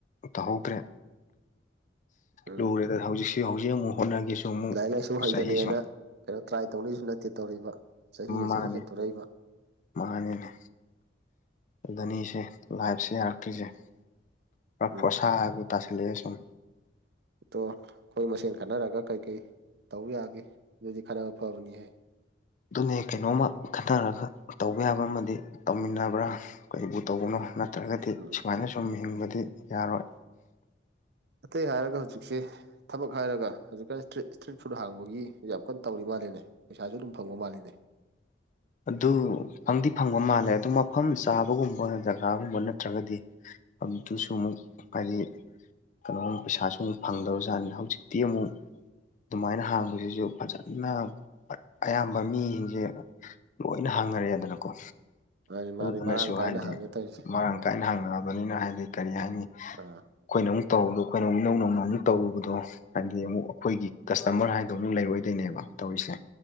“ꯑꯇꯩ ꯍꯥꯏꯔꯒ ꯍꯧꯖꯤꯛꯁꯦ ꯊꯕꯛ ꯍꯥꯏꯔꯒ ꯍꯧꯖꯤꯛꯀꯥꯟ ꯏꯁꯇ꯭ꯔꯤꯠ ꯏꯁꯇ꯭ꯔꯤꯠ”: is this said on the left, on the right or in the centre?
Right